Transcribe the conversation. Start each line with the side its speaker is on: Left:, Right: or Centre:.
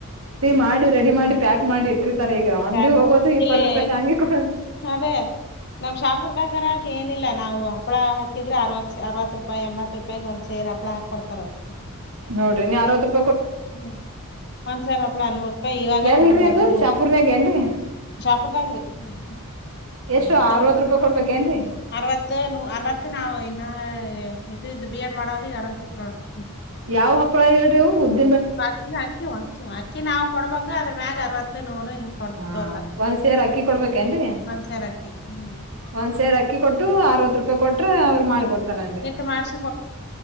Right: ಮಾಡ ರೆಡಿ ಮಾಡಿ ಪ್ಯಾಕ್ ಮಾಡಿ ಇಟ್ಟಿರ್ತಾರೆ ಈಗ ಅಂಗಡಿ
Left: ಹ್ಯಾಗ್
Right: ಹೋಗೋದು
Left: ಮಾಡ್
Right: ಇಪ್ಪತ್ತು
Left: ಇಲ್ಲಿ
Right: ರೂಪಾಯಿ ಶಾಂಗಿ ಕೊಡ
Left: ಅದೇ ನಮ್ ಶಾಪುರ್ದಾಗರ ಏನಿಲ್ಲ ನಾವು ಹಪ್ಪಳ ಹಾಕಿದ್ರೆ ಅರ್ವ ಅರವತ್ ರೂಪಾಯಿ ಎಂಬತ್ ರೂಪಾಯಿ ಒ ಸೇರ್ಪ್ಳ ಹಾಕ ಕೊಡ್ತಾರ ಅವ
Right: ನೋಡಿ ನೀನ್ ಯ
Left: ಹ್ಮ ಒಂದಸರ್ ಹಪ್ಳನೂರು ರೂಪಾಯಿ ಇವಾಗಾರ
Right: ಎಲ್ರರಿ
Left: ನೂರ ಆಗಿರ್ಬೋದು
Right: ಅದು ಶಾಪೂರ್ನಾಗ ಏನ್ರರಿ
Left: ಶಾಪರ್ದಾಗ್ರಿ ಹ
Right: ಎಷ್ಟು
Left: ಹಂಗ
Right: ಅರವತ್ ರೂಪಾಯಿ ಕೊಡ್ಬೇಕೇನ್ರರಿ
Left: ಅರವತ್ತು ಅರವತ್ತು ನಾವವು ಇನ್ನು ಇದದು ಬಿ ಎಡ್ ಮಾಡೋದ ಅರವತ್ತತ್ತು ನೋಡ್ರಿ
Right: ಯಾವ್ ಹಪ್ಪಳ ಹೇಳರವು ಉದ್ದ
Left: ಕಲ್ಲಿ ಅಕ್ಕಿ ಅಕ್ಕಿ ಅಕ್ಕಿ ನಾವವು ಕೊಡ್ಬೇಕು ಅದ್ರ ಮ್ಯಾಗ್ ಅರವತ್ತು ನೂರು ಹಿಂಗ ಕೊಡ್
Right: ಹಾ
Left: ತೋತಾರ
Right: ಒಂದ್ ಸೇರ್ ಅಕ್ಕಿ ಕೊಡ್ಬೇಕೇನ್ರರಿ
Left: ಒಂದ್ಸರಕಿ ಹ್ಮ್
Right: ಒಂದ್ ಸೇರ್ ಅಕ್ಕಿ ಕೊಟ್ಟು ಅರವತ್ತು ರೂಪಾಯಿ ಕೊಟ್ರ
Left: ಹ್ಮ್
Right: ಅವರು ಮಾಡ
Left: ಇ-
Right: ಕೊಡ್ತಾರನ್ರಿ
Left: ಹಿಟ್ ಮಾಡ್ಸಿ